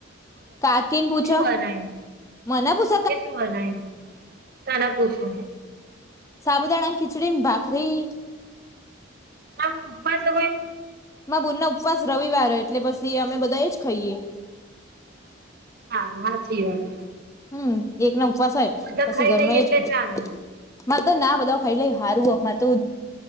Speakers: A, on the left; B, on the right.
A: કાકીને પૂછો,
B: બનાયું?
A: મને પૂછે,
B: તે શું બનાયુ, તને પૂછુ,
A: સાબુદાણાની ખિચડી ન, ભાખરી,
B: આ ઉપવાસ હ કોય,
A: માર બુન ના ઉપવાસ રવિવાર હો એટલે પછી અમે બધા એજ ખાઈએ,
B: સારુ સાચી વાત,
A: હમ એક ના ઉપવાસ હોય
B: બધા
A: પછી
B: ખાઈ
A: ઘર
B: લઈએ
A: માં એ
B: એટલે
A: જ બન,
B: ચાલે
A: મા તો ના બધા ખાઈ લે હારું હ મારે તો,